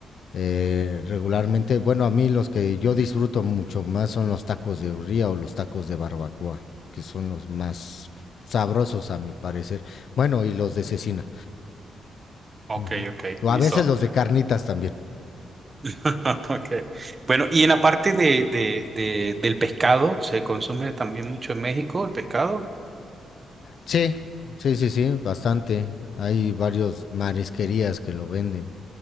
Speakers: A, on the left; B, on the right.
A: Eh, regularmente, bueno, a mí los que yo disfruto mucho más son los tacos de birria o los tacos de barbacoa, que son los más sabrosos a mi parecer. Bueno, y los de cecina.
B: Ok,
A: Ujú.
B: ok,
A: O
B: listo.
A: a veces los de carnitas también.
B: <laughs> Ok. Bueno, y en la parte de, de, de- del pescado, ¿se consume también mucho en México el pescado?
A: Sí, sí, sí, sí, bastante. Hay varios marisquerías que lo venden.